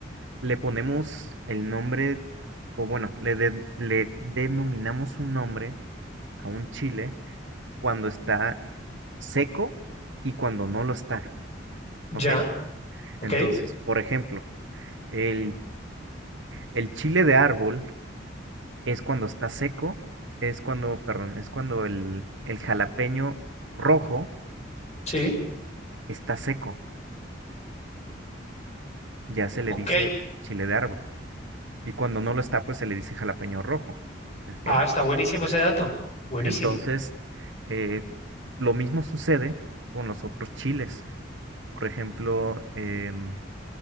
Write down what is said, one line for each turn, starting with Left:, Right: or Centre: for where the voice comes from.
Right: le ponemos el nombre, o bueno, le, de- le denominamos un nombre a un chile cuando está seco y cuando no lo está,
Left: Ya,
Right: ¿ok?
Left: ok,
Right: Entonces, por ejemplo, el, el chile de árbol es cuando está seco, es cuando, perdón, es cuando el, el jalapeño rojo
Left: sí,
Right: está seco, ya se le
Left: ok.
Right: dice chile de árbol. Y cuando no lo está, pues se le dice jalapeño rojo. ¿ok?
Left: Ah, está buenísimo ese dato. Buenísimo.
Right: Entonces, eh, lo mismo sucede con los otros chiles. Por ejemplo, em,